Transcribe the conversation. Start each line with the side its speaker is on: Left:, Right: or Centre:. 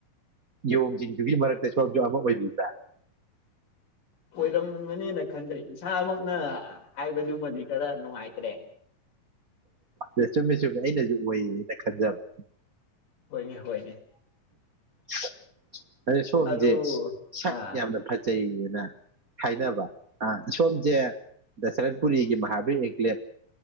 Right: ꯌꯣꯡ ꯁꯤꯡꯗꯨꯒꯤ ꯃꯔꯛ ꯇ ꯁꯣꯝꯖꯨ ꯑꯃ ꯑꯣꯏꯕꯤꯕ꯭ꯔꯥ
Left: ꯑꯣꯏꯔꯝꯒꯅꯤꯅ ꯈꯟꯖꯩ ꯏꯁꯥꯃꯛꯅ ꯍꯥꯏꯕꯗꯨꯃꯗꯤ ꯈꯔ ꯅꯨꯡꯉꯥꯏꯇ꯭ꯔꯦ
Right: ꯑꯣ ꯆꯨꯝꯃꯦ ꯆꯨꯝꯃꯦ ꯑꯩꯅꯁꯨ ꯑꯣꯢꯌꯦꯅ ꯈꯟꯖꯕ
Left: ꯍꯣꯏꯅꯦ ꯍꯣꯏꯅꯦ
Right: <inaudible> ꯑꯗ ꯁꯣꯝꯁꯦ
Left: ꯑꯗꯨ
Right: ꯁꯛ
Left: ꯑꯥ
Right: ꯌꯥꯝꯅ ꯐꯖꯩꯌꯦ ꯅ ꯍꯥꯏꯅꯕ ꯑ ꯁꯣꯝꯖꯦ ꯗꯁꯔ꯭ꯠꯄꯨꯔꯤꯒꯤ ꯃꯍꯥ ꯍꯨꯢ ꯍꯦꯛꯇ ꯌꯥꯢ